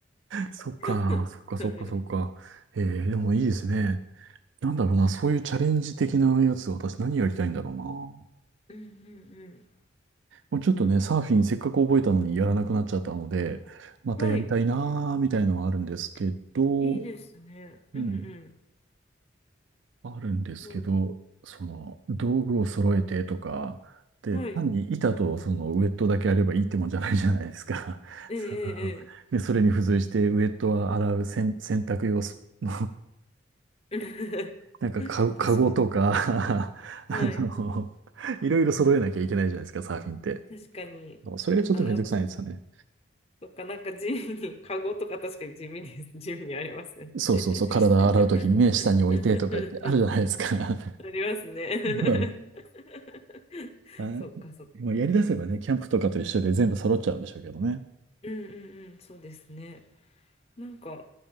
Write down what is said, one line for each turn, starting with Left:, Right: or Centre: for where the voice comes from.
Right: そっか、
Left: <laughs>
Right: そっか、そっか、
Left: はい。
Right: そっか。えー、でもいいですね。なんだろうな、そういうチャレンジ的なやつ、私何やりたいんだろうな。も
Left: うんうん
Right: うちょっとね、サーフィンせっかく覚えたのにやらなくなっちゃったので、またやりたいなーみたいのはあるんですけど、
Left: うん。はい。いいですね。うんうん。
Right: うん、あるんですけど、
Left: そう
Right: その、道具を揃えてとか、で、
Left: はい。
Right: 単に板とそのウェットだけあればいいってもんじゃないじゃないですか。
Left: えええ
Right: <laughs> そので、それに付随してウェットは洗う洗、洗濯用ス <laughs>
Left: え。ええ
Right: なんかか、
Left: <laughs>
Right: <laughs> カゴとか
Left: 確かに。
Right: <laughs> あの、
Left: はい。
Right: <laughs> いろいろ揃えなきゃいけないじゃないですか、サーフィンって。
Left: 確かに。
Right: それがちょっとめんどくさいんですよね。
Left: あ、そっか、なんか地味に、カゴとか確かに地味です。地味にありますよね。
Right: そうそうそう、
Left: <laughs>
Right: 体洗うときにね、下に置いてとか言ってあるじゃないですか。
Left: うんうん。
Right: <laughs>
Left: ありますね。
Right: うん
Left: <laughs>
Right: あ、
Left: そっかそっか。
Right: もうやり出せばね、キャンプとかと一緒で全部揃っちゃうんでしょうけどね。
Left: うんうんうん、そうですね。なんか、